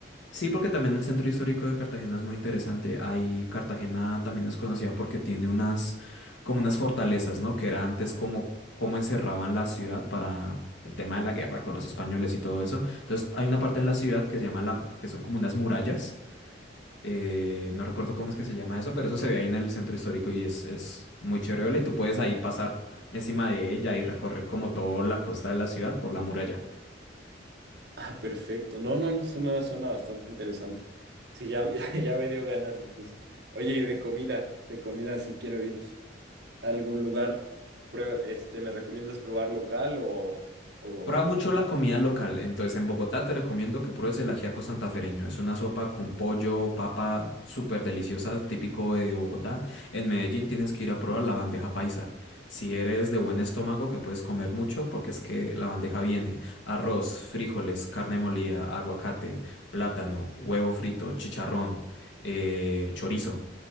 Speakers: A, on the left (about 75°); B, on the right (about 60°).
A: Sí, porque también el centro histórico de Cartagena es muy interesante. Ahí Cartagena también es conocida porque tiene unas, como unas fortalezas, ¿no? Que era antes como, como encerraban la ciudad para el tema de la guerra con los españoles y todo eso. Entonces, hay una parte en la ciudad que se llama la, que son como unas murallas. Eh, no recuerdo cómo es que se llama eso, pero eso se ve ahí en el centro histórico y es, es muy chévere verla. Y tú puedes ahí pasar encima de ella y recorrer como toda la costa de la ciudad por la muralla.
B: Ah, perfecto. No, no, no, suena, suena bastante interesante. Sí, ya, <laughs> ya, ya me dio ganas incluso. Oye, y de comida, de comida, si quiero ir a algún lugar, prue- este, ¿me recomiendas probar local o, o, o
A: Prueba mucho
B: qué?
A: la comida local. Entonces, en Bogotá te recomiendo que pruebes el ajiaco santafereño. Es una sopa con pollo, papa, súper deliciosa, típico de Bogotá. En Medellín tienes que ir a probar la bandeja paisa. Si eres de buen estómago, que puedes comer mucho, porque es que la bandeja viene arroz, frijoles, carne molida, aguacate, plátano, huevo frito, chicharrón, eh, chorizo.